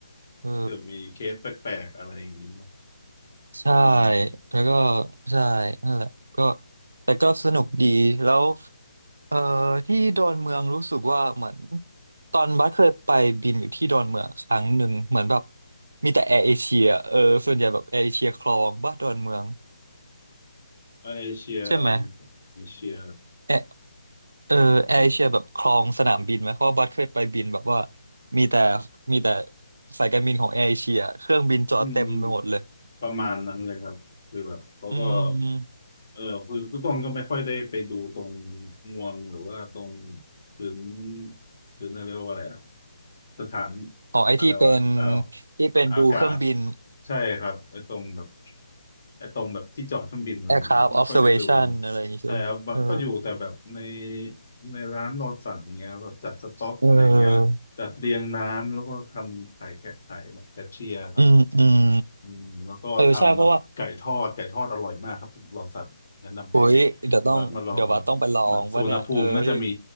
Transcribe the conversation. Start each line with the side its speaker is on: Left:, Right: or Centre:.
Right: เออ
Left: เผื่อมีเคสแปลกๆอะไรอย่างนี้เนาะ
Right: ใช่
Left: อืม
Right: แล้วก็ใช่นั่นแหละก็แต่ก็สนุกดีแล้วเอ่อที่ดอนเมืองรู้สึกว่าเหมือนตอนบัสเคยไปบินอยู่ที่ดอนเมืองครั้งหนึ่งเหมือนแบบมีแต่แอร์เอเชียเออส่วนใหญ่แบบแอร์เอเชียคลองบ้าดอนเมือง
Left: เอเชียอะไรนะครับเอเชีย
Right: ใช่ไหมแอร์เออแอร์เอเชียแบบคลองสนามบินไหมเพราะว่าบัสเคยไปบินแบบว่ามีแต่มีแต่สายการบินของแอร์เอเชียเครื่องบินจอดเต็มไปหมดเลย
Left: อืมประมาณนั้นเลยครับคือแบบเขาก็
Right: อืม
Left: เออคือคือต้องก็ไม่ค่อยได้ไปดูตรงงวงหรือว่าตรงพื้นพื้นเรียกว่าอะไรอะสถาน
Right: อ๋องไอที่เป็น
Left: อะไรวะอ้าว
Right: ที่เป็นดูเครื่องบิน
Left: อากาศใช่ครับไอ้ตรงแบบไอ้ตรงแบบที่จอดเครื่องบินอะไรอย่างเงี้ยไม่ค่อยได้ดู
Right: aircraft observation อะไรอย่างงี้ใช่ไหมเออ
Left: แต่แบบก็อยู่แต่แบบในในร้านรอสั่งเงี้ยแบบจัดสต็อกอะไรเงี้ยจัดเรียงน้ำแล้วก็ทำถ่ายแขกถ่ายแบบแคชเชียร์ครับ
Right: เอออืมอืม
Left: อืมแล้วก็ทำแบบไก่ทอดไก่ทอดอร่อยมากครับรอสัตว์แนะนำให้
Right: เออใช่เพราะว่าโอ้ยเดี๋ยวต้องเดี๋ยวว่าต้องไปลองว่าเนี่ยเออที่
Left: คุณบัสมาลองเหมือนสุวรรณภูมิน่าจะมี